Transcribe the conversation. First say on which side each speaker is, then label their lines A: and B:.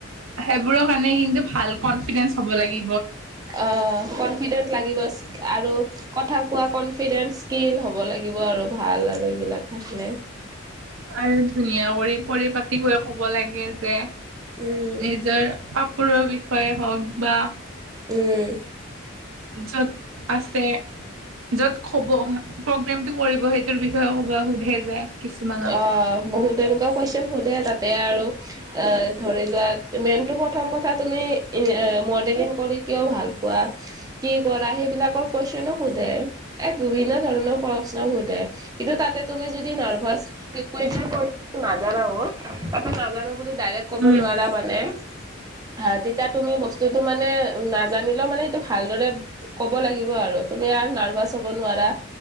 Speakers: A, on the right; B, on the right.
A: সেইবোৰৰ কাৰণে কিন্তু ভাল কনফিডেন্স হব লাগি
B: অঁ কনফিডেন্ট লাগিব আৰু কথা কোৱা কনফিডেন্স স্কিল হব লাগিব আৰু ভাল আৰু এইবিলাক থাকিলে।
A: আৰু ধুনীয়া কৰি পৰিপাতি কৈ কব লাগে যে
B: উম
A: নিজৰ কাপোৰৰ বিষয়ে হওক বা
B: উম।
A: যত আছে যত কব প্ৰগ্ৰেমতটো কৰিব সেইটোৰ বিষয়ে ক'ব সোধে যে। কিছুমানত
B: অঁ বহুত এনেকুৱা কোৱেশচন শুধে তাতে আৰু ধৰি লোৱা মেইন তহ প্ৰথম কথা তুমি মডেলিং কৰি কিয় ভাল পোৱা? কি কৰা? সেইবিলাকৰ কোৱেশচনো শুধে, এ বি বিভিন্ন ধৰণৰ প্ৰশ্ন সোধে। কিন্তু তাতে তুমি যদি নাৰ্ভাচ ক কৈ নাজানা ন তাতে নাজানো বুলি ডাইৰেক্ট ক'ব
A: উম
B: নোৱাৰা মানে। হা তেতিয়া তুমি বস্তুটো মানে নাজানিলেও মানে এইটো ভালদৰে ক'ব লাগিব আ ৰু তুমি আৰু নাৰ্ভাচ হব নোৱাৰা,